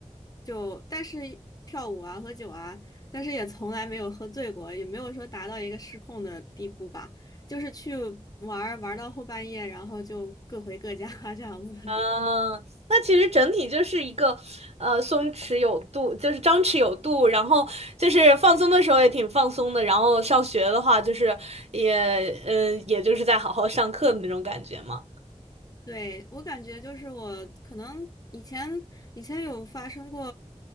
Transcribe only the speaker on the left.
就但是跳舞啊、喝酒啊，但是也从来没有喝醉过，也没有说达到一个失控的地步吧。就是去玩儿玩儿到后半夜，然后就各回各家 <laughs> 这样子。
<laughs>
对，我感觉就是我可能以前以前有发生过